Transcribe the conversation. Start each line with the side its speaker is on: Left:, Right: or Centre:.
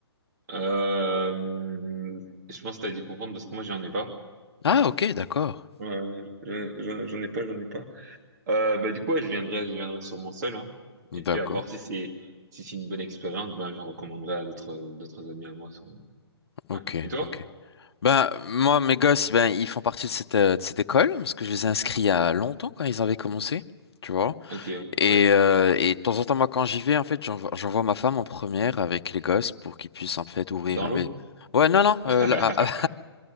Right: Euh, je pense que t'as dû comprendre parce que moi, j'en ai pas.
Left: Ah, ok, d'accord.
Right: Euh, je- je- j'en ai pas, j'en ai pas. Euh, bah, du coup, ouais, je viendrai, je viendrai sûrement seul, hein.
Left: D'accord,
Right: Et puis, à voir si c'est, si c'est une bonne expérience, ben, je la recommanderai à d'autres, d'autres amis à moi, sûrement.
Left: ok,
Right: Ouais. Et toi?
Left: ok. Ben, moi, mes gosses, ben, ils font partie de cette, euh, de cette école, parce que je les ai inscrits il y a longtemps quand ils avaient commencé, tu vois.
Right: Ok, ouais.
Left: Et,
Right: ouais.
Left: euh, et de temps en temps, moi, quand j'y vais, en fait, j'envoie j'envoie ma femme en première avec les gosses pour qu'ils puissent, en fait, ouvrir.
Right: Dans l'eau?
Left: Mais, ouais, non, non, euh,
Right: <laughs>
Left: là- ah,